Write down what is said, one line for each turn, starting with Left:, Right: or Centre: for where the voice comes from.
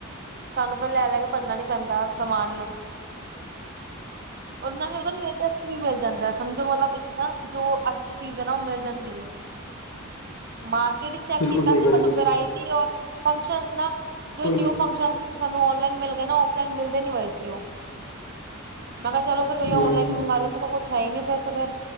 Right: ਸਾਨੂੰ ਪੇ ਲੈ ਲੈ ਕੇ ਭੱਜਣਾ ਨੀ ਪੈਂਦਾ। ਸਮਾਨ ਨੂੰ ਉਹਨਾਂ ਨੇ ਉਹਦਾ ਲੇਟਸਟ ਮਿਲ ਜਾਂਦਾ ਸਮਝੋ ਮਤਲਬ ਇੱਕ ਨਾ ਜੋ ਅੱਛੀ ਚੀਜ਼ ਹੈ ਨਾ ਉਹ ਮਿਲ ਜਾਂਦੀ ਹੈ। ਮਾਰਕੀਟ ਚੈੱਕ
Left: ਬਿਲਕੁਲ
Right: ਕੀਤਾ
Left: ਸਹੀ ਕਹਿ
Right: ਸੀ
Left: ਰਹੇ
Right: ਬਟ
Left: ਤੁਸੀਂ
Right: ਵਰਾਇਟੀ ਔਰ ਫੰਕਸ਼ਨ ਨਾ ਜੌ
Left: ਕੋਈ
Right: ਨਿਊ
Left: ਨੀ
Right: ਫੰਕਸਨਸ ਸਾਨੂੰ ਔਨਲਾਈਨ ਮਿਲ ਗਏ ਨਾ ਔਫਲਾਈਨ ਮਿਲਦੇ ਨੀ ਹੋਏ ਸੀ ਉਹ ਮੈਂ ਕਿਹਾ ਚਲੋ
Left: ਹੂੰ
Right: ਫਿਰ
Left: ਹੂੰ
Right: ਔਨਲਾਈਨ ਮੰਗਵਾ ਸੀ ਕੁੱਛ ਹੈ ਹੀ ਨਹੀਂ ਫਿਰ ਤੇ ਫਿਰ